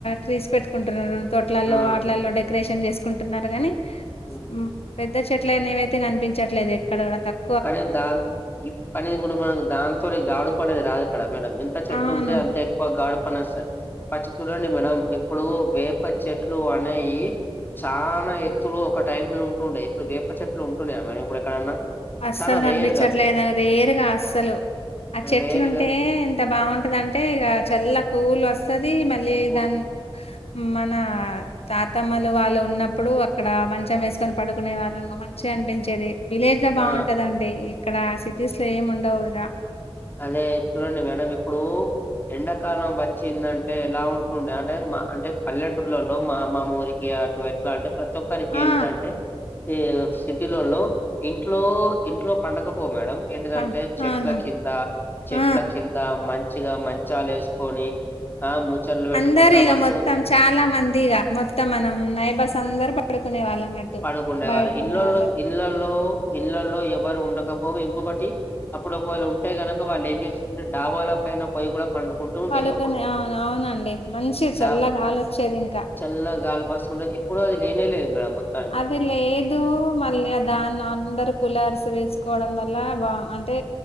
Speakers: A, on the left; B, on the left.
A: ట్రీస్ పెట్టుకుంటున్నారు వాట్లల్లో
B: ఆ
A: వాట్లల్లో డెకరేషన్ చేసుకుంటున్నారు గాని
B: ఉడుహ్
A: ఉహ్ పెద్ద చెట్లనేవయితే కనిపించట్లేదు ఎక్కడ కూడా తక్
B: కడే దాన్ ఇప్పని గూడా మన దాంతో గాడు పనేది రాదు కడ మేడం. అంత చెట్టు
A: అవును
B: ఉంటే అంత ఎక్కువ గాడి పన్ వస్తాద్ పచ్చి చూడండి మేడం. ఇప్పుడు వేప చెట్లు అనేయి చానా ఎత్తులో ఒక టైం లో ఉంటుడే ఇప్పుడు వేప చెట్లు ఉంటున్నాయా మేడం ఇప్పుడు ఎక్కడన్నా.
A: అస్సలు
B: చానా
A: కనిపించట్లేదుని
B: రేర్ గా
A: రేరుగా అస్సలు. ఆ చెట్లుంటే
B: రేర్ గా
A: ఎంత బావుంటదన్. అంటే ఇగా చల్ల కూలు వసది మళ్ళీ
B: కోల్
A: దాని మన తాతమ్మలు వాళ్ళు ఉన్నప్పుడు అక్కడ మంచం వేసుకొని పడుకునే వాళ్ళు మంచిగా అనిపించేది విలేజ్ ఇట్లా బావుటదండి
B: ఆ
A: ఇక్కడ సిటీస్ లో ఏమి ఉండవు ఇగా.
B: అదే చూడండి మేడం ఇప్పుడు ఎండాకాలం వచ్చిందంటే ఎలా ఉంటుండే అంటే మా అంటే పల్లెటూర్లలో మా మా ఊరి ఇగా అటు ఎట్లా అంటే ప్రతి ఒక్కరికి
A: ఆ
B: ఇంటిదంటే సే సిటీ లోల్లో ఇంట్లో ఇంట్లో పండకపో మేడం. ఏంటిదంటే
A: ఆ!
B: చెట్ల
A: అవును
B: కింద చెట్ల
A: ఆ
B: కింన్ త మంచిగా మంచాల ఏసుకొని ఆ ముచ్చట్లు వెట్టుకుంటా
A: అందరు ఇక
B: మస్
A: మొత్తం చాలా మందిగా మొత్తం మనం నైబస్ అందరు పడుకునే వాళ్ళ అన్నట్టు
B: ఆడుకుండేవారు
A: బయటకునే
B: ఇండ్లలో
A: వాళ్ళు
B: ఇళ్లలో ఇళ్లలో ఎవరు ఉండకపో ఇంకొకటి అప్పుడు ఒకవేళ ఉంటే గనక వాళ్ళు ఏం జేసుంటే డావాల పైన పోయి గూడా పండుకుంటూ ఉండే
A: పడుకొని
B: అప్పుడు
A: అవును అవునండి. మంచి చల్లగాలొచ్చేది
B: డా
A: ఇగా
B: చల్ల గాలి పసుండో ఇప్పుడూ అది లేనే లేదు మేడం మొంత్
A: అది లేదు మల్యాద్ దాన్ని అందరు కులరిసి వేసుకోవడం వల్ల బా అంటే